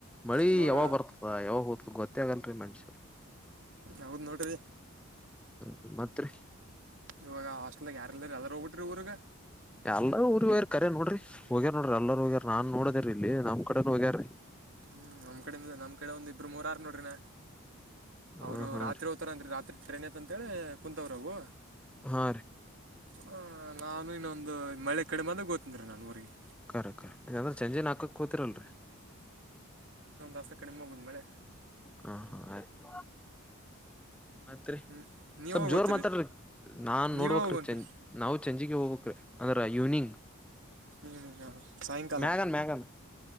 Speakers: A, in the centre; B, on the right (about 60°).
A: ಮಳಿ
B: ಇವಾಗ
A: ಯಾವಾಗ್ ಬರ್ತದ ಯಾವಾಗ ಹೋಗ್ತದ ಗೊತ್ತೇ ಆಗಲ್ರಿ ಮನುಷ್ಯರು
B: ಹೌದ್ ನೋಡ್ರಿ
A: ದು ಮಾತ್ರ
B: ಇವಾಗ ಹಸ್ಟಲ್ಗ ಯಾರ ಇಲ್ರಿ ಎಲ್ಲರ ಹೋಗಬಿಟ್ರಿ ಊರ್ಗ
A: ಎಲ್ಲ ಊರಿ ಹ್ಯ ಕರ ನೋಡ್ರಿ ಹೋಗ್ಯಾರ ನೋಡ್ರಿ ಎಲ್ಲರೂ ಹೋಗ್ಯಾರ ನಾನ್ ನೋಡದೇರಿ ಇಲ್ಲಿ ನಮ್ ಕಡೆ ಹೋಗ್ಯಾರ ರೀ
B: ಹ್ಮ್ ನಮ್ ಕಡೆಯಿಂದ ನಮ್ ಕಡೆ ಒಂದ್ ಇಬ್ರು ಮೂರಾರ ನೋಡ್ರಿಿನ
A: ಹ
B: ಅವರು
A: ಹಾ
B: ರಾತ್ರಿ
A: ರೀ
B: ಹೋ್ತಾರಂದ್ರಿ ರಾತ್ರಿ ಟ್ರೈನ್ ಐತ್ ಅಂತೇಳಿ ಕುೂತ್ವ್ರ ಅವು
A: ಹ
B: ಹ ನಾನು ಇನ್ನೊಂದು ಮಳೆ ಕಡೆಮದೆ ಓ್ತನ್ ನಾನ್ ಊರಿಗೆ
A: ಕರೆಕ್ ಕರೆಕ್ಂದ್ರೆ ಸಂಂಜೆ ನಾಕಕ್ ಕೂತಿರಲ್ರಿ
B: ಒಂದ್ಸ ಕಡಿಮೆ ಹೋಗೋ್ ಮಳೆ
A: ಹಾ ಹಾ ಆಯ್ತುತು ಮತ್ರಿ
B: ಹ್ಞೂ ನೀವು
A: ಸ್ವಲ್ಪ್
B: ಯಾವಾಗ
A: ಜೋರ್
B: ಗೊತ್ತೀರಿ
A: ಮಾತಾಡ್ರಿ ನಾನ್
B: ನೀವು
A: ನೋಡ್ಬ್ರೀ
B: ಯಾವಾಗ ಹೊಂಟ್ರಿ
A: ಚ ನಾವು ಚಜಿಗೆ ಹೋಗ್ಬೇಕ ಅಂದ್ರ ಇವ್ನಿಂಗ್
B: ಈವ್ನಿಂಗ್ ಸಾಯಂಕಾಲ
A: ಮ್ಯಾಗನ್ ಮ್ಯಾಗನ್